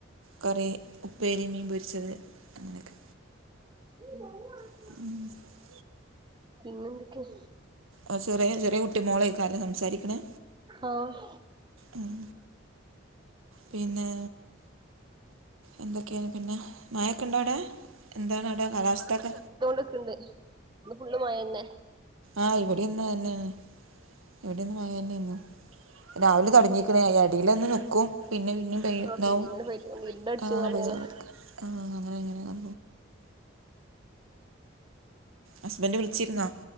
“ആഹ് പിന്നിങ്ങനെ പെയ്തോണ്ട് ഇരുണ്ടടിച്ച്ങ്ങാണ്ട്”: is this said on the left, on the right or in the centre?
Right